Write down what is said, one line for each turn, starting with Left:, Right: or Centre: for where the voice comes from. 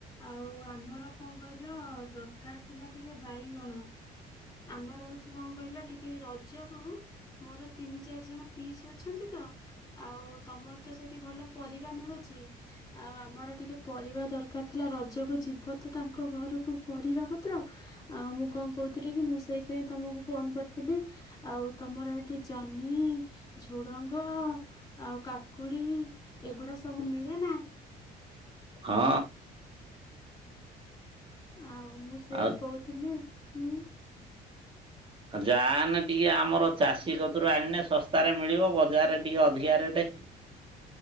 Left: ଆଉ ଆମର କଣ କହିଲ ଦରକାର ଥିଲା ଟିକେ ବାଇଗଣ। ଆମର ହଉଛି କଣ କହିଲ ଟିକେ ରଜ କୁ ମୋର ତିନି ଚାରି ଜଣ ପିଇସି ଅଛନ୍ତିତ ଆଉ ତମର ତ ସେଇଠି ଭଲ ପରିବା ମିଳୁଛି। ଆଉ ଆମର ଟିକେ ପରିବା ଦରକାର ଥିଲା। ରଜକୁ ଯିବ ତ ତାଙ୍କ ଘରକୁ ପରିବା ମାତ୍ର ଆଉ ମୁଁ କଣ କହୁଥିଲି କି ମୁଁ ସେଇଥି ପାଇଁ ତମକୁ ଫୋନ୍ କରିଥିଲି ଆଉ ତମର ହେଠି ଜହ୍ନି, ଝୁଡଙ୍ଗ ଆଉ କାକୁଡି ଏଗୁଡା ସବୁ ମି ନା।
Right: ହଁ।
Left: ଆଉ ମୁଁ ସେଇଆ
Right: ଆଉ
Left: କହୁଥିଲି। ହୁଁ।
Right: ଯାନେ ଟିକେ ଆମର ଚାଷୀ କତରୁ ଆଣିନେ ଶସ୍ତାରେ ମିଳିବ ବଜାରରେ ଟିକେ ଅଧିକା ରେଟେ।